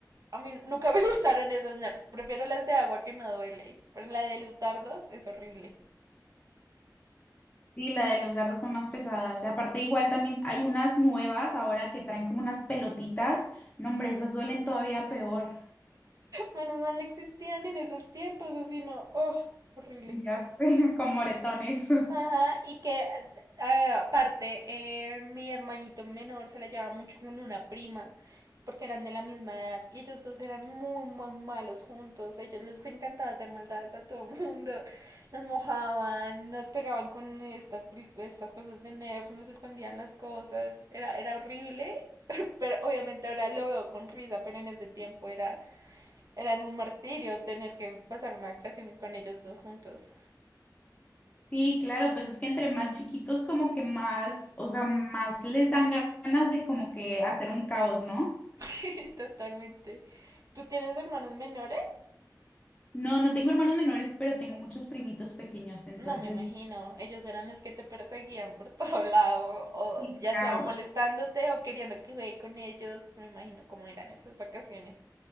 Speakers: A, on the right; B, on the left.
A: A mí nunca me <laughs> gustaron esas nerfs. Prefiero las de agua que no duele. Pero la de los dardos es horrible.
B: Sí, la de los dardos son más pesadas. Y aparte, igual también hay unas nuevas ahora que traen como unas pelotitas. No, hombre, esas duelen todavía peor.
A: Menos mal no existían en esos tiempos, o si no. Oh, horrible.
B: Ya sé, <laughs> con moretones.
A: Ajá, y que a- aparte eh, mi hermanito menor se la llevaba mucho con una prima porque eran de la misma edad y ellos dos eran muy muy malos juntos, A ellos les encantaba hacer maldades a todo mundo, nos mojaban, nos pegaban con estas peli- estas cosas de Nerf, nos escondían las cosas, era era horrible, pero obviamente ahora lo veo con risa, pero en ese tiempo era eran un martirio tener que pasar una ocasión con ellos dos juntos.
B: Sí, claro, pues es que entre más chiquitos como que más, o sea, más les dan ganas de como que hacer un caos, ¿no?
A: Sí, totalmente. ¿Tú tienes hermanos menores?
B: No, no tengo hermanos menores, pero tengo muchos primitos pequeños, entonces,
A: No me imagino. Ellos eran los que te perseguían por todo lado, o
B: sí,
A: ya
B: caos.
A: sea molestándote o queriendo que juegue con ellos. Me imagino cómo eran esas vacaciones.